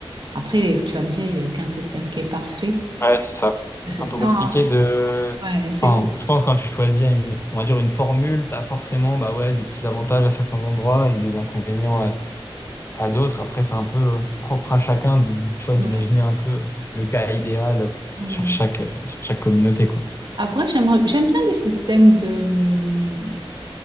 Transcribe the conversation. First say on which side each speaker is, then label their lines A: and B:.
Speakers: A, on the right; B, on the left.
A: Après, tu vas me dire, il n'y a aucun système qui est parfait.
B: ouais, c'est ça.
A: C'est
B: Un
A: ça,
B: peu compliqué
A: hein.
B: de.
A: Ouais, c'est
B: Enfin,
A: compliqué.
B: je pense que quand tu choisis une, on va dire une formule, tu as forcément bah ouais, des petits avantages à certains endroits et des inconvénients à d'autres. Après, c'est un peu euh, propre à chacun, d'i- tu vois, d'imaginer
A: Ouais,
B: un peu le cas idéal
A: ouais.
B: sur chaque, euh, sur chaque communauté, quoi.
A: Après, j'aimerais, j'aime bien les systèmes de...